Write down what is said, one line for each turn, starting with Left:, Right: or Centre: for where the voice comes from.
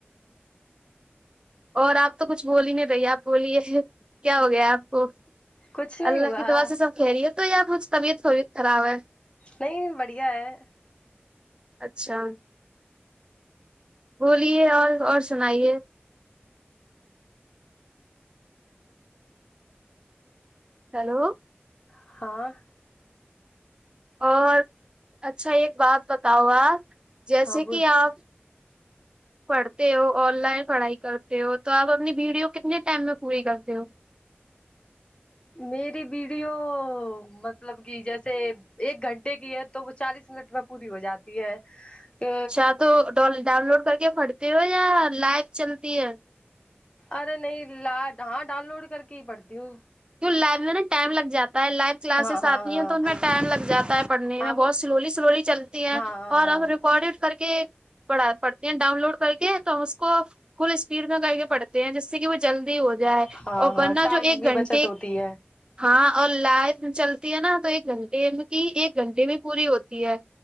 Right: اور آپ تو کچھ بولی نہیں رہی آپ بولیے کیا ہو گیا آپ کو
Left: کچھ نہیں
Right: اللہ
Left: ہوا
Right: کی دوا سے سب کہ خیریت تو ہے یا کچھ طبیعت طوبیت خراب ہے
Left: نہیں بڑھیا ہے
Right: اچھا بولیے اور اور سنائیے ہیلو
Left: ہاں
Right: اور اچھا ایک بات بتاؤ آپ جیسے
Left: ہاں ب
Right: کہ آپ پڑھتے ہو آن لائن پڑھائی کرتے ہو تو آپ اپنی ویڈیو کتنے ٹائم میں پوری کرتے ہو
Left: میری ویڈیو مطلب کہ جیسے ایک گھنٹے کی ہے تو وہ چالیس منٹ میں پوری ہو جاتی ہے کہ
Right: شاہ تو ڈاون لوڈ کر کے پڑتی ہو یا لائک چلتی ہے
Left: ارے نہیں لاڈ ہاں ڈال لوڈ کر کے ہی پڑتی ہوں
Right: کیوں لائبریری میں ٹائم لگ جات پیل لائو کلاسز
Left: ہاں ہاں
Right: آتی ہیں تو
Left: ہاں
Right: ان میں ٹائم لگ جاتا ہے پڑنے
Left: ہاں
Right: میں بہت
Left: وہ
Right: سلولی سلولی چلتی ہیں
Left: ہاں ہاں
Right: اور
Left: ہاں
Right: ہم ریکارڈڈ کر کے پڑھا پڑتے ہیں ڈاؤن لوڈ کر کے تو ہم اس کو فل اسپیڈ میں کر کے پڑتے ہیں جس سے کہ وہ جلدی ہو جائے
Left: ہاں
Right: اور
Left: ہاں
Right: ورننا
Left: ٹائم
Right: جو ایک
Left: کی
Right: گھنٹہ
Left: بچت ہوتی ہے
Right: ہاں اور لائٹ چلتی ہے نا تو ایک گھنٹے ایک گھنٹے میں پوری ہوتی ہے